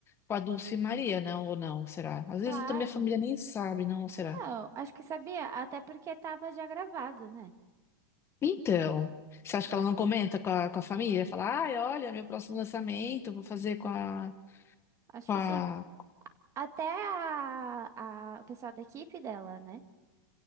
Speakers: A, on the left; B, on the right.
A: com a Dulce Maria, não? Ou não? Será? Às
B: Claro.
A: vezes também a família nem sabe, não? Será?
B: Não, acho que sabia, até porque tava já gravado, né?
A: Então, você acha que ela não comenta com a, com a família? Fala, ai, olha, meu próximo lançamento, vou fazer com a,
B: Acho
A: com
B: que
A: a
B: sim. Até a, a- o pessoal da equipe dela, né?